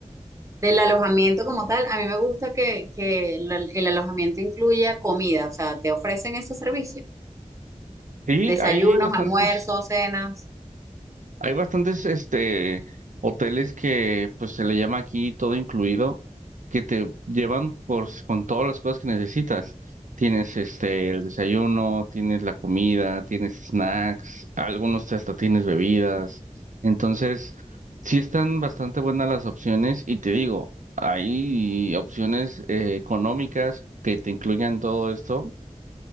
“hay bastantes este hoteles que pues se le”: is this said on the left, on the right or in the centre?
Right